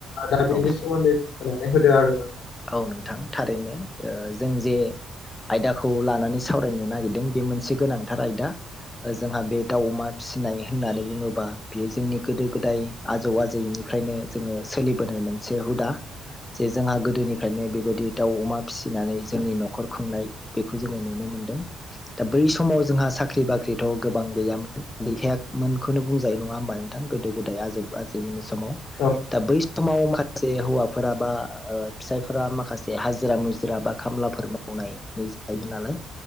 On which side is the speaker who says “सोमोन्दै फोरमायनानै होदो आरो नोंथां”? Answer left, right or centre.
Left